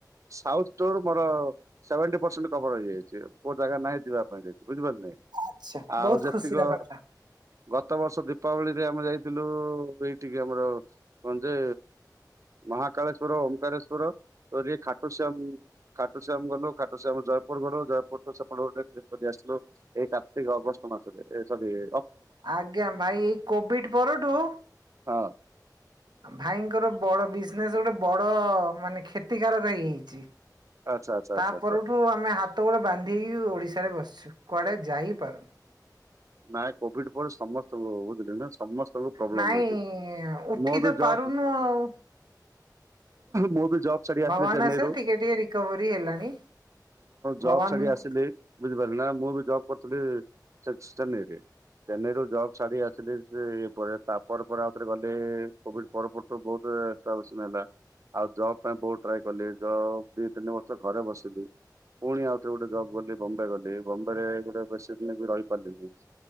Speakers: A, on the right (about 45°); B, on the right (about 80°).
A: ସାଉଥ୍ ଟୋର୍ ମୋର ସେଭେଣ୍ଟି ପରସେଣ୍ଟ କଫର ହେଇଯାଇଛି। କୋଉ ଜାଗା ନାହିଁ ଯିବା ପାଇଁ ଯାଇ ବୁଝିପାରିଲ ନାଁ।
B: ଆଚ୍ଛା
A: ଆଉ
B: ବହୁତ
A: ଯେତିକ
B: ଖୁସିର କଥା
A: ଗତ ବର୍ଷ ଦୀପାବଳିରେ ଆମେ ଯାଇଥିଲୁ, ଏଇଠିକି ଆମର କଣ ଯେ ମହାକାଳେଶଵର ଓମ୍କାରେଶ୍ଵର ତ ଖାଟୁସ୍ୟମ୍ ଖାଟୁସିଆ ଆମ ଗଲୁ, ଖାଟୁ ଆମ ଜୟପୁର ଗଲୁ, ଜୟପୁର ତ ସେପ ଗୋଟେ କାରତିକ ଅଗଷ୍ଟ ମାସରେ ସ
B: ଆଜ୍ଞା ଭାଇ ଏଇ କୋଭିଡ ପରଠୁ।
A: ହଁ।
B: ଭାଇଙ୍କର ବଡ ବିଜନେସ ଗୋଟେ ବଡ ମାନେ କ୍ଷତିକାରକ ହେଇଯାଇଛି।
A: ଆଚ୍ଛା ଆଚ୍ଛା ଆଚ୍ଛା
B: ତା
A: ଆଚ୍ଛା
B: ପରରଠୁ ଆମେ ହାତ ଗତ ଗୋଡ଼େ ବାନ୍ଧିକି ଓଡ଼ିଶାରେ ବସିଛୁ। କୁଆଡେ ଯାଇପାରୁନୁ।
A: ନାଇଁ କୋଭିଡ ପରେ ସମସ୍ତଙ୍କୁ ବୁଝିଲ ସମସ୍ତେ ପ୍ରୋବ୍ଲେମ୍
B: ନାଇଁ
A: ଅହିଛି
B: ଉଠି
A: ମୁଁ ଏ
B: ତ
A: ବି ଜବ
B: ପାରୁନୁ ଆଉ
A: ମୁଁ ବି ଜବ ଛାଡି
B: ଭଗବାନ
A: ଆସିଲି ଚେନ୍ନାଇରୁୁ।
B: ଆଶୀର୍ବାଦ ଟିକେ ଟିକେ ରିକଭରି ହେଲାଣି।
A: ଜବ୍
B: ଭଗବାନ
A: ଛାଡି ଆସିଲି। ବୁଝିପାରିଲି ନା। ମୁଁ ବି ଜବ୍ କରିୁଥିଲି। <unintelligible> ଚେନ୍ନାଇରୁୁ ଜଗ ଛାଡି ଆସିଲି ପରେ ତାପ ପରେ ଆଉ ଥରେ ଗଲେ କୋଭିଡ୍ ତ ବହୁତନ ହେଲା। ଆଉ ଜବ୍ ପାଇଁ ବହୁତ ଟ୍ରାଏ କଲି ଜବ୍ ଦି ତିନି ବର୍ଷ ଘରେ ବସିଲି। ପୁଣି ଆଉଥରେ ଗୋଟେ ଜବ୍ ଗଲି ବମ୍ବେ ଗଲି ବମ୍ବେ ରେ ଗୋଟେ ବେଶୀ ଦିନ ବି ରହିପାରିଲିନି।